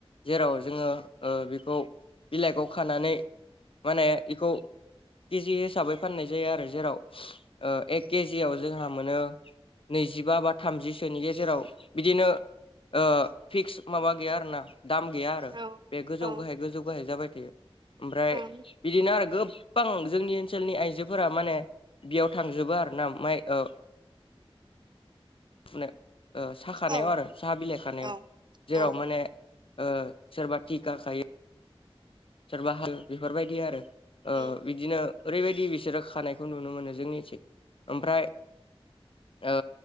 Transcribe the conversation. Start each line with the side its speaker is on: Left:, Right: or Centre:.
Left: जेराव जोङो ओ बेखौ बिलाइखौ खानानै माने बिखौ के जि हिसाबै फाननाय जायो आरो जेराव ओ एक केजियाव जोंहा मोनो। नैजिबा बा थामजिसोनि गेजेराव बिदिनो ओ फिक्स माबा गैया आरोना दाम गैया आरो
Right: औ
Left: बे गोजौ
Right: औ
Left: गाहाय गोजौ गाहाय जाबाय थायो ओमफ्राय
Right: ओं
Left: बिदिनो आरो गोबां जोंनि ओनसोलनि आइजोफोरा माने बेयाव थांजोबो आर ना माइ ओ फुनायाव ओ साखानायाव
Right: औ
Left: आरो साहा बिलाइ खानायाव
Right: औ
Left: जेराव
Right: औ
Left: माने ओ सोरबा थिखा खायो। सोरबा हाल बेफोरबायदि आरो ओ
Right: उम
Left: बिदिनो ओरैबायदि बिसोरो खानायखौ नुनो मोनो जोंनि थिं ओमफ्राय ओ